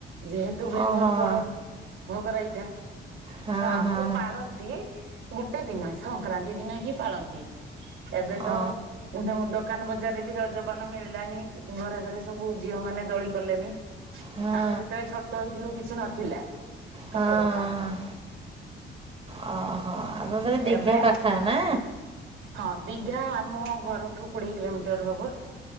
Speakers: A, on the right (about 80°); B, on the right (about 30°).
A: ଯେହେତୁ ତୁ ବେଙ୍ଗଲ
B: ଓ ହଁ
A: ବର୍ଡର ଭୋଗ ରାଇତା
B: ହଁ
A: ତେଣୁ ଆମର
B: ହଁ
A: ପାଳନ ଗୋଟେ ଦିନ ସଂକ୍ରାନ୍ତି ଦିନ ହିଁ ପାଳନ୍ତି ଏବେ ତ
B: ଓ
A: ତ ଦୋକାନ ବଜାରରେ ବି ରଜପାନ ମିଳିଲାନି ଘରେ ଘରେ ସବୁ ଝିଅ ମାନେ ଦୋଳି କଲେଣିି
B: ହଁ
A: ଆମେ ଯେତେବେଳେ ଛୋଟ ହେଇଥିଲୁ କିଛି ନଥିଲା ସତ
B: ହଁ
A: କଥା
B: ହଁ ହଁ ଓହୋ ଆପଣ ତାହେଲେ ଦୀଘା
A: ଏବେ
B: ପାଖା ନା?
A: ହଁ ଦିଘା ଆମ ଘରଠୁ କୋଡିଏ କିଲୋମିଟର ହବ।